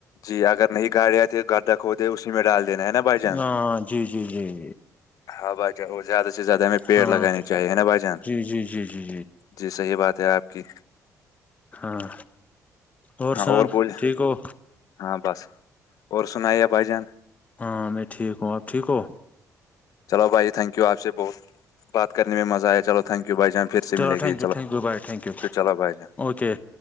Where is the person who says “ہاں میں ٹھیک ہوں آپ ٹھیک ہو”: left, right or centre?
Left